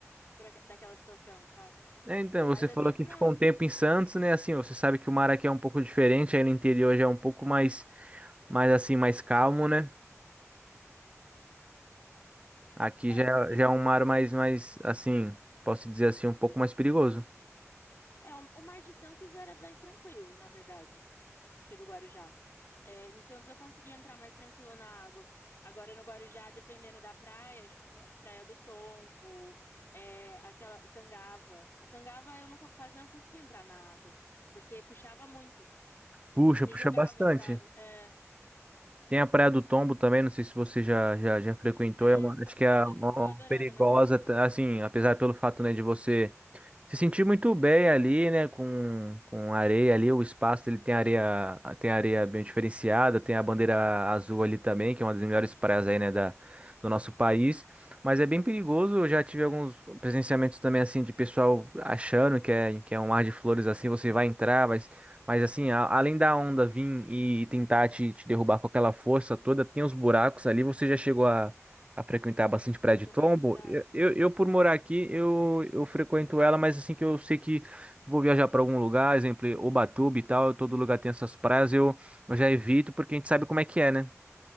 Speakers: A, on the left; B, on the right.
A: por aqu- daquela situação, sabe?
B: É, então,
A: Mas
B: você
A: às
B: falou
A: vezes
B: que
A: não.
B: ficou um tempo em Santos, né? Assim, você sabe que o mar aqui é um pouco diferente, aí no interior já é um pouco mais, mais assim, mais calmo, né? Aqui
A: É,
B: já,
A: não ente-
B: é- já é um mar mais, mais, assim, posso dizer assim, um pouco mais perigoso.
A: é, o o Mar de Santos era mais tranquilo, na verdade. que é do Guarujá. É, em Santos eu conseguia entrar mais tranquilo na água. Agora no Guarujá, dependendo da praia, tipo pra- Praia do Tombo, é, aquela Sangava. Sangava eu não co- quase não conseguia entrar na água, porque puxava muito
B: Puxa,
A: e me
B: puxa
A: jogava,
B: bastante.
A: sabe? É,
B: Tem a Praia do Tombo também, não sei se você já, já, já frequentou,
A: é,
B: é uma-
A: a
B: acho que
A: Praia
B: é
A: do,
B: uma,
A: To-
B: uma
A: eu adorava
B: perigosa,
A: na Praia do Tombo.
B: tá, assim, apesar pelo fato, né, de você se sentir muito bem ali, né, com, com areia ali, o espaço ele tem areia, tem areia bem diferenciada, tem a bandeira azul ali também, que é uma das melhores praias aí, né, da, do nosso país, mas é bem perigoso, eu já tive alguns presenciamentos também, assim, de pessoal achando que é, que é um mar de flores, assim, você vai entrar, vai mas assim, a- além da onda vir e tentar te, te derrubar com aquela força toda, tem os buracos ali. Você já chegou a, a frequentar bastante praia
A: Tem
B: de
A: que
B: tombo?
A: tomar muito cuidado.
B: Eu, eu, eu, por morar aqui, eu, eu frequento ela, mas assim que eu sei que vou viajar para algum lugar, exemplo, Ubatuba e tal, todo lugar tem essas praias, eu, eu já evito porque a gente sabe como é que é, né?